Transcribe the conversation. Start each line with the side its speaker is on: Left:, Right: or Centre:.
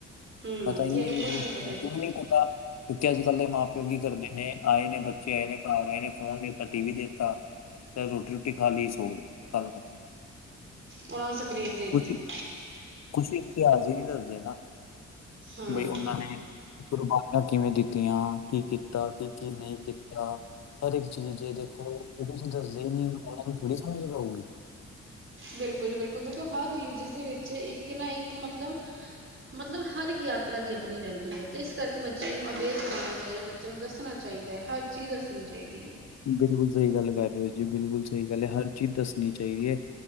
Right: ਹੂੰ,
Left: ਪਤਾ ਹੀ
Right: ਕਿਸੇ
Left: ਨਹੀਂ
Right: ਨੂੰ
Left: ਕੁਛ ਇਸ
Right: ਨੀ ਪਤਾ ਜੀ,
Left: ਕਿਉਂ ਨਹੀਂ ਪਤਾ ਕਿਉਂਕਿ ਅੱਜ ਕੱਲ ਦੇ ਮਾਂ ਪਿਓ ਕੀ ਕਰਦੇ ਨੇ ਆਏ ਨੇ ਬੱਚੇ ਆਏ ਨੇ ਘਰ ਆਏ ਨੇ ਫੋਨ ਦਿੱਤਾ ਟੀ ਵੀ ਦੇ ਦਿੱ ਤੇ ਰੋਟੀ ਰੋਟੀ ਖਾ ਲਈ ਸੋ ਗਏ ਗੱਲ ਖਤਮ
Right: ਉਹਨਾਂ ਨੂੰ ਸਕਰੀਨ ਦੇ
Left: ਕੁਛ
Right: ਤੀ।
Left: ਕੁਛ ਇਤਿਹਾਸ ਹੀ ਨਹੀਂ ਦੱਸਦੇ ਨਾ
Right: ਹੂੰ,
Left: ਬਈ ਉਹਨਾਂ ਨੇ ਕੁਰਬਾਨੀਆਂ ਕਿਵੇਂ ਦਿੱਤੀਆਂ ਕੀ ਕੀਤਾ ਕਿ ਕੀ ਨਹੀਂ ਕੀਤਾ। ਹਰ ਇੱਕ ਚੀਜ਼ ਏ ਦੇਖੋ ਉਹ ਤੁਂਸੀ ਦੱਸਦੇ ਹੀ ਨੀ ਉਹਨਾ ਨੂੰ ਥੋੜੀ ਸਮਝ ਪਊਗੀ
Right: ਬਿਲਕੁਲ ਜੀ ਬਿਲਕੁਲ ਦੇਖੋ ਹਰ ਰਿਲੀਜਸ ਦੇ ਵਿੱਚ ਇੱਕ ਨਾ ਇੱਕ ਮਤਲਬ ਮਤਲਬ ਹਰ ਇੱਕ ਯਾਤਰਾ ਦੀ ਆਪਣੀ ਵੈਲਿਊ ਹੈ ਤੇ ਇਸ ਕਰਕੇ ਬੱਚਿਆਂ ਨੂੰ ਅਵੇਅਰ ਕਰਾਉਣਾ ਚਾਹੀਦਾ ਬਚਿਆਂਚ ਨੂੰ ਦੱਸਣਾ ਚਾਹੀਦਾ ਹੈ ਹਰ ਚੀਜ਼ ਦੱਸਣੀ ਚਾਹੀਦੀ ਹੈ।
Left: ਬਿਲਕੁਲ ਸਹੀ ਗੱਲ ਕਰ ਰਹੇ ਹੋ ਜੀ ਬਿਲਕੁਲ ਸਹੀ ਗੱਲ ਹੈ ਹਰ ਚੀਜ਼ ਦੱਸਣੀ ਚਾਹੀਦੀ ਹੈ